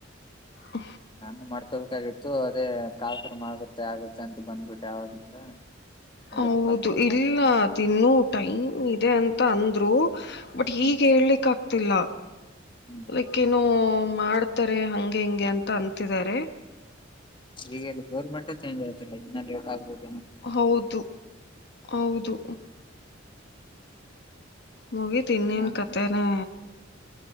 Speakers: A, on the left; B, on the left.
A: ಹ
B: ನಾನು ಮಾಡ್ಕೋಬೇಕಾಗಿತ್ತು ಅದೇ ಕರ್ಕರಮ ಆಗುತ್ತೆ ಆಗುತ್ತೆ ಅಂತ ಬಂದ್ಬಿಟ್ಟೆ ಆವಾಗಿಂದ ಇದ್ರ
A: ಹೌದು
B: ಕಾಲ್ಫರ್ಮ್
A: ಇಲ್ಲ
B: ಆಗಿಲ್ಲ
A: ಅದಿನ್ನೂ ಟೈಮ್ ಇ ಇದೆ ಅಂತ ಅಂದ್ರು ಬಟ್
B: ಹ್ಮ್
A: ಈಗ ಹೇಳ್ಲಿ ಕಾ ತ್ತಲ
B: ಹ್ಮ್
A: ಲೈಕ್ಕೇನೊ ಮಾಡ್ತಾರೆ ಹಂಗೆ ಹಿಂಗೆ ಅಂತ ಅಂತಿದಿದ್ದಾರೆ
B: ಈಗಲ್ಲಿ ಗೌರ್ಮೆಂಟೆ ಚೇಂಜ್ ಆಯ್ತಾಲ್ಲ ಇನ್ನ ಲೇಟ್ ಆಗ್ಬೋುದು
A: ಹೌದು ಹೌದು
B: ಅದೇ
A: ಮುಗಿ
B: ನೋಡ್ತೀನಿ
A: ತ್ ಇನ್ನಿನ್
B: ನಾನು
A: ಕತೆನೆ